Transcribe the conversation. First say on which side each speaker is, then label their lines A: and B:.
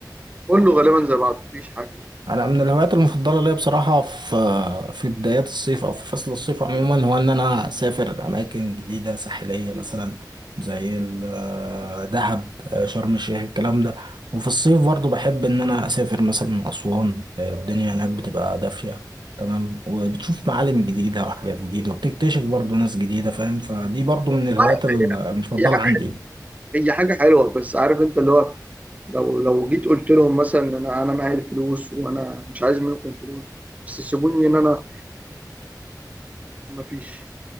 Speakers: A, on the right (about 20°); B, on the right (about 80°).
A: كله غالبا زي بعض مفيش حاجه
B: انا من الهوايات المفضله ليا بصراحه في في بدايات الصيف او في فصل الصيف عموما هو ان انا اسافر اماكن جديده ساحليه مثلا زي ال- آه، دهب آه، شرم الشيخ الكلام ده وفي الصيف برضو بحب ان انا اسافر مثلا اسوان آه، الدنيا هناك بتبقى دافيه تمام وبتشوف معالم جديده وحاجات جديده وبتكتشف برضو ناس جديده فاهم فدي برضو من الهوايات
A: آه، هي
B: ال- المفضله
A: هي حاجه
B: عندي
A: هي حاجه حلوه بس عارف انت اللي هو لو لو جيت قلت لهم مثلا انا انا معايا الفلوس وانا مش عايز منكم فلوس بس سيبوني ان انا مفيش